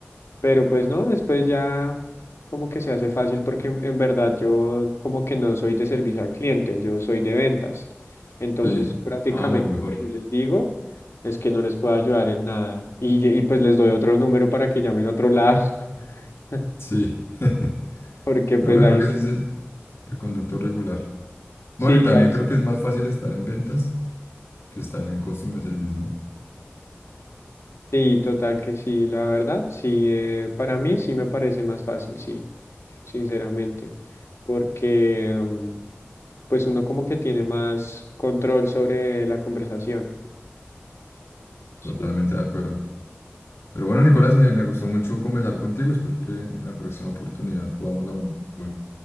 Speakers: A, on the left (about 85°); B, on the left (about 70°).
A: Pero pues no, después ya como que se hace fácil porque en, en verdad yo como que no soy de servicio al cliente, yo soy de ventas. Entonces
B: Sí.
A: prácticamente
B: Ah, bueno, mejor.
A: lo que yo les digo es que no les puedo ayudar en nada. Y, ye- y pues les doy otro número para que llamen a otro lado. <laughs>
B: Sí. <laughs>
A: Porque
B: Pero
A: pues
B: bueno,
A: ahí
B: creo que
A: sí,
B: ese es el, el conductor regular. Bueno,
A: sí,
B: y también
A: ahí
B: creo
A: sí.
B: que es más fácil estar en ventas que estar en customer service, ¿no?
A: Sí, total que sí, la verdad, sí, eh, para mí sí me parece más fácil, sí, sinceramente. Porque... mm, pues uno como que tiene más control sobre la conversación.
B: Totalmente
A: Sí.
B: de acuerdo. Pero bueno, Nicolás, me, me gustó mucho conversar contigo. Espero que en la próxima oportunidad podamos hablar de